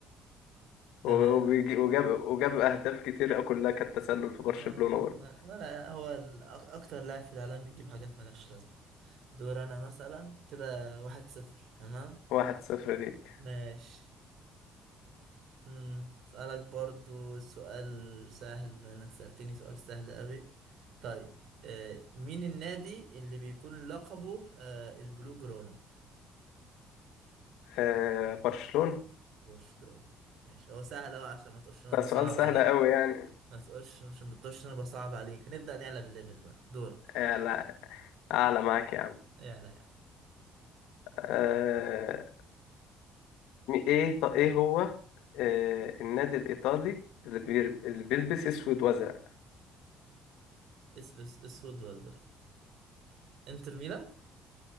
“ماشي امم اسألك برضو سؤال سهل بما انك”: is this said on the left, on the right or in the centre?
Right